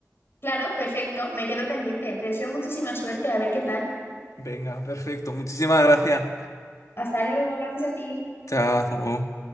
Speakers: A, on the left (about 45°); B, on the left (about 80°).
A: Claro, perfecto, me quedo pendiente. Te deseo muchísima suerte, a ver qué tal.
B: Venga, perfecto. Muchísimas gracias.
A: Hasta luego, gracias a ti.
B: Chao, hasta luego.